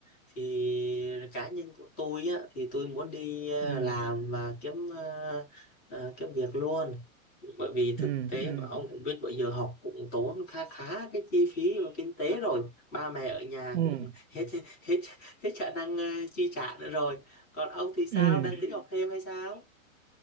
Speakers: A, on the left; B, on the right.
A: thì cá nhân của tôi á thì tôi muốn đi à,
B: Ừ,
A: làm và kiếm à, à, kiếm việc luôn bởi vì thực
B: ừ,
A: tế
B: ừ,
A: mà ông cũng biết bây giờ học cũng tốn khá khá cái chi phí và kinh tế rồi ba mẹ ở nhà
B: ừ,
A: cũng <laughs> hết hết hết khả năng à, chi trả nữa rồi còn ông thì sao
B: ừ.
A: đang tính học thêm hay sao